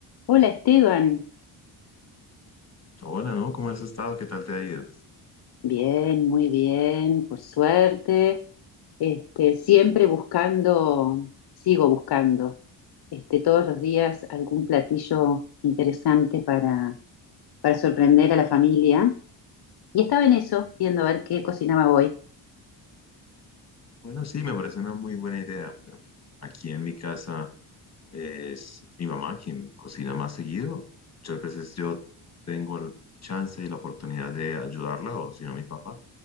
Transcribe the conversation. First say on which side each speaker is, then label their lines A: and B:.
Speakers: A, on the left (about 55°); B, on the left (about 35°).
A: Hola Esteban,
B: Hola, ¿no? ¿Cómo has estado? ¿Qué tal te ha ido?
A: bien, muy bien, por suerte. Este, siempre buscando, sigo buscando, este, todos los días algún platillo interesante para, para sorprender a la familia. Y estaba en eso, viendo a ver qué cocinaba hoy.
B: Bueno, sí, me parece una muy buena idea. Por ejemplo, aquí en mi casa es mi mamá quien cocina más seguido. Muchas veces yo tengo el chance y la oportunidad de ayudarla, o si no, mi papá.